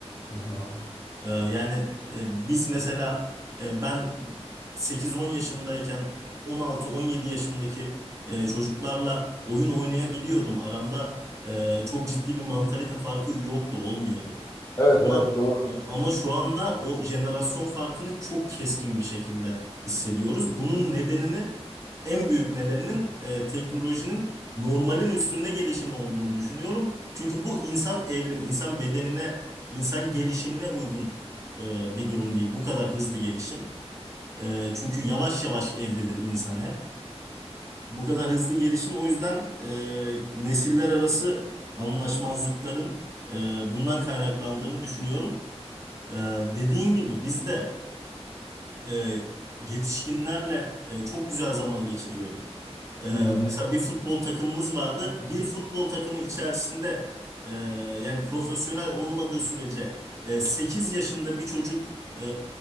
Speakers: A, on the left; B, on the right.
A: Hı hı.
B: Ee, yani e, biz mesela e, ben 8-10 yaşındayken 16-17 yaşındaki e, çocuklarla oyun oynayabiliyordum. Aramda e, çok ciddi bir mantalite farkı yoktu, olmuyordu.
A: Evet
B: Ama
A: evet doğru.
B: ama şu anda o jenerasyon farkını çok keskin bir şekilde hissediyoruz. Bunun nedenini en büyük nedeninin e, teknolojinin normalin üstünde gelişimi olduğunu düşünüyorum. Çünkü bu insan evrimi, insan bedenine, insan gelişimine uygun e, bir durum değil. Bu kadar hızlı gelişim. E, çünkü yavaş yavaş evrilir insan hep. Bu kadar hızlı gelişim o yüzden e, nesiller arası anlaşmazlıkların e, bundan kaynaklandığını düşünüyorum. E, dediğin gibi biz de e, yetişkinlerle e, çok güzel zaman geçiriyorduk. E,
A: Hı hı.
B: mesela bir futbol takımımız vardı. Bir futbol takımı içerisinde e, yani profesyonel olmadığı sürece e, 8 yaşında bir çocuk e,